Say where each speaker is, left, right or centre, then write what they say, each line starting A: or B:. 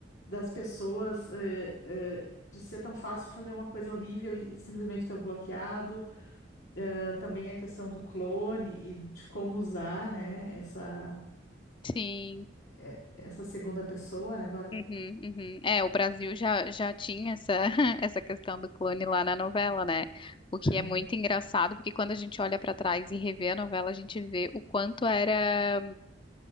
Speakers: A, on the left; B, on the left.
A: das pessoas eh, eh, de ser tão fácil fazer uma coisa horrível e, e simplesmente estar bloqueado. Eh, também a questão do clone e de como usar, né, essa,
B: Sim.
A: eh, essa segunda pessoa, né, Bárbara?
B: Uhum, uhum. É, o Brasil já, já tinha essa, <laughs> essa questão do clone lá na novela, né? O que
A: É,
B: é muito engraçado, porque quando a gente olha pra trás e revê a novela, a gente vê o quanto era,